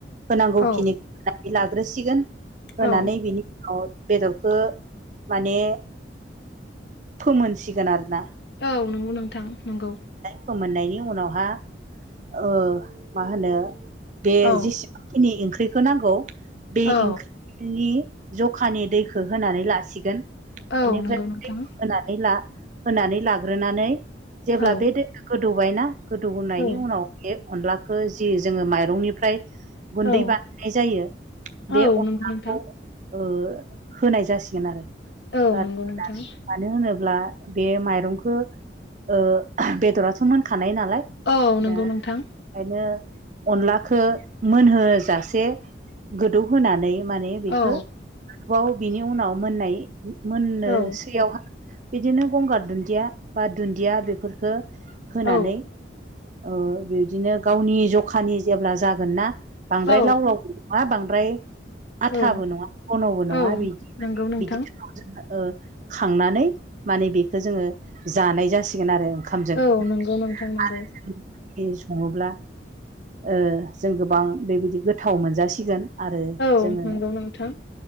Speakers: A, on the right; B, on the left.
A: होनांगौखिनिखौ
B: औ
A: लाग्रोसिगोन होनानै
B: औ
A: बिनि उनाव बेदरखो माने फोमोनसिगोन आरो ना
B: औ नंगौ नोंथां नंगौ
A: फोमोननायनि उनावहा ओ मा होनो बे
B: औ
A: जेसेबांखिनि ओंख्रिखौ नांगौ बे
B: औ
A: ओंख्रिनि जखानि दैखो होनानै लासिगोन
B: औ
A: बेनिफ्राय
B: नंगौ नोंथां
A: दैखौ होनानै ला होनानै लाग्रोनानै जेब्ला
B: औ
A: बे दैया गोदौबायना गोदौनायनि
B: औ
A: उनाव बे अनलाखो जि जोङो माइरंनिफ्राय गुन्दै
B: औ
A: बानायनाय जायो बे
B: औ
A: अनलाखौ
B: नंगौ नोंथां
A: ओ होनाय जासिगोन आरो
B: औ
A: <unintelligible>
B: नंगौ नोंथां
A: <inaudible> ब्ला बे माइरंखो ओ बेदराथ' मोनखा खानाय नालाय
B: औ नंगौ
A: दा ओंखायनो
B: नोंथां
A: अनलाखौ मोनहोजासे गोदौहोनानै माने बेखौ
B: औ
A: बाव बिनि उनाव मोननाय मोननोसैयावहा
B: औ
A: बिदिनो गंगार दुन्दिया बा दुन्दिया बेफोरफोरखो होनानै
B: औ
A: ओ बिदिनो गावनि जखानि जेब्ला जागोन ना बांद्राय
B: औ
A: लाव लाव नंङा बां द्राय आथाबो
B: औ
A: नंङा घन'बो नंङा
B: औ
A: बिदि माने
B: नंगौ नोंथां
A: बिदि ओ खांनानै माने बेखौ जोंङो जानाय जासिगोन आरो ओंखामजों
B: औ नंगौ नोंथां नंगौ
A: आरो जों संङोब्ला ओ जों गोबां बेबायदि गोथाव मोनजासिगोन आरो
B: औ
A: जोंङो
B: नंगौ नोंथां